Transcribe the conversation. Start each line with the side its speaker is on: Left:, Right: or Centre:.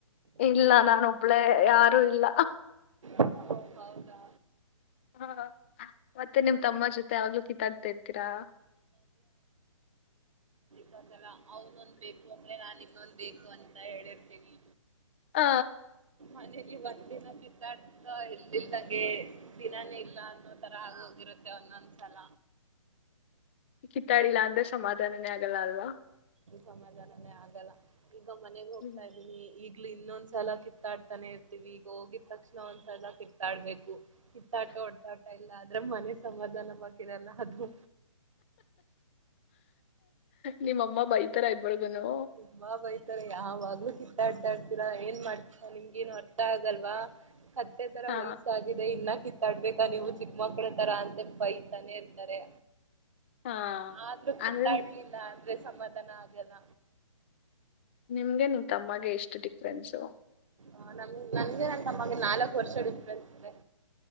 Left: ಇಲ್ಲ ನಾನ ಒಬ್ಳೇ ಯಾರು ಇಲ್ಲ
Right: ಓ, ಹೌದಾ
Left: ಹಾ ಮತ್ತೆ ನಿಮ್ ತಮ್ಮ ಜೊತೆ ಯಾವಾಗ್ಲು ಕಿತಾಡ್ತಾ ಇರ್ತೀರಾ
Right: ಬಲ್ಲ ಅವನೊಂದ್ ಬೇಕು ಆಂಧ್ರೆ ನಾನ್ ಇನ್ನೊಂದ್ ಬೇಕು ಅಂತ ಹೇಳಿರ್ತೀನಿ
Left: ಹ
Right: ಮನಲಿ ಒಂದ್ ದಿನ ಕಿತಾಡ್ತಾ ಇಲ್ದಲ್ದಂಗೆ ದಿನಾನೇ ಇಲ್ಲ ಅನ್ನೋ ತರ ಅಗೋಗಿರುತೆ ಒಂದೊಂದ್ಸಲ
Left: ಕಿಥಾಡಿಲ್ಲಾ ಅಂದ್ರೆ ಸಮಾಧಾನೇ ಆಗ ಲ್ಲ ಅಲ್ವಾ
Right: ಸಮಾಧಾನಾನೇ ಆಗಲ್ಲ ಈಗ ಮನೆಗೆ ಹೋಗ್ತಾ
Left: ಹ್ಮ್.
Right: ಇದೀನಿ ಈಗ್ಲು ಇನ್ನೊಂದ್ಸಲ ಕಿತ್ತಾಡ್ತಾನೆ ಇರ್ತಿವಿ ಈಗ ಹೋಗಿದ ತಕ್ಷಣ ಒಂದ್ಸಲ ಕಿತ್ತಾಡ್ಬೇಕು ಕಿತ್ತಾಟ ಹೊಡೆತಾಟ ಇಲ್ಲ ಆದ್ರೆ ಮನೆ ಸಮಾಧಾನ ವಗಿರಲ್ಲಾ ಅದು
Left: ನಿಮ್ಮಮ್ಮ ಬೈತರ ಇಬರ್ಗನು
Right: ತುಂಬಾ ಬೈತಾರೆ ಯಾವಾಗ್ಲು ಕಿತ್ತಾಡ್ತಾಡ್ತೀರಾ ಏನ್ ಮಾಡ್ತಿರಾ ನಿಮ್ಗ ಏನು ಅರ್ಥ ಆಗಲ್ವಾ ಕತ್ತೆ ತರ
Left: ಹಾ
Right: ವಯಸ್ಸಾಗಿದೆ ಇನ್ನ ಕಿತ್ತ ತಡ್ಬೇಕ ನೀವು ಚಿಕ್ಕ ಮಕ್ಳ ತರ ಅಂತ ಬೈತಾನೆ ಇರ್ತಾರೆ
Left: ಹಾ
Right: ಆದ್ರೂ ಕಿತ್ತಾಡ್ಲಿಲ್ಲ
Left: ಅಂದ್ರೆ
Right: ಆದ್ರೆ ಸಮಾಧಾನ ಆಗಲ್ಲ
Left: ನಿಮ್ಗೆ ನಿ ತಮ್ಮಗೆ ಎಷ್ಟು ಡಿಫ್ರೆನ್ಸು
Right: ಹ ನಮ ನನ್ಗೆ ನನ್ ತಮ್ಮಗೆ ನಾಲ್ಕು ವರ್ಷ ಡಿಫರೆನ್ಸ್ ಇದೆ